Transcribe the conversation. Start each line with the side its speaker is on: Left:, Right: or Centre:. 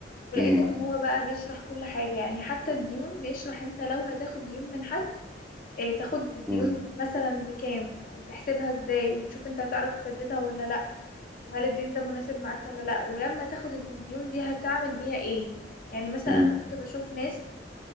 Left: ولقيت
Centre: م-
Left: ان هو بقى بيشرح كل حاجة يعني حتى الديون بيشرح انت لو هتاخد ديون من حد اه تاخد الديون
Centre: م-
Left: مثلا بكام وتحسبها ازاي وتشوف انت هتعرف تسددها ولا لا وهل الدين ده مناسب معاك ولا لا ولما تاخد الديون دي هتعمل بيها ايه يعني مثلا
Centre: م.
Left: انا كنت بشوف ناس